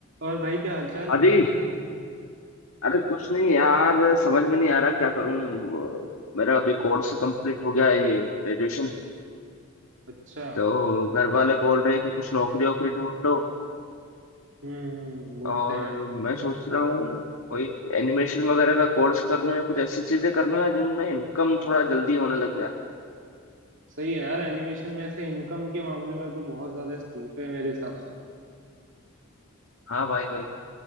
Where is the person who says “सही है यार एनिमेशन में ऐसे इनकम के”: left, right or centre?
Right